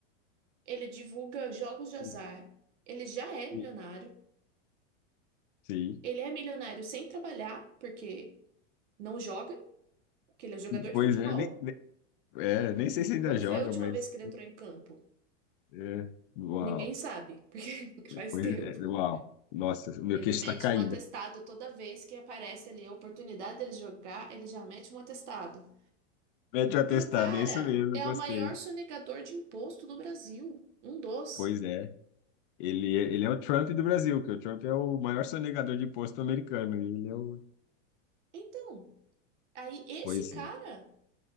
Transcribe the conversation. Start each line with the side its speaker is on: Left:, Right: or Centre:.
Right: Ele divulga jogos de azar,
Left: E-
Right: ele já é milionário,
Left: e- Sim.
Right: ele é milionário sem trabalhar, porque não joga, porque ele é jogador
Left: Pois
Right: de futebol.
Left: é, nem, nem- é, nem sei se ainda
Right: Quando
Left: joga,
Right: foi a última
Left: mas.
Right: vez que ele entrou em campo?
Left: É, uau.
Right: Ninguém sabe, porque <laughs> faz
Left: Pois
Right: tempo.
Left: é, uau. Nossa, meu
Right: Ele
Left: queixo
Right: mete
Left: está caindo.
Right: um atestado toda vez que aparece ali a oportunidade dele jogar, ele já mete um atestado.
Left: Mete o atestado,
Right: E o cara
Left: é isso mesmo,
Right: é
Left: gostei.
Right: o maior sonegador de imposto do Brasil, um dos.
Left: Pois é. Ele, é- ele é o Trump do Brasil, que o Trump é o maior sonegador de imposto americano. e Ele é o.
Right: Então, aí esse
Left: Pois
Right: cara
Left: é.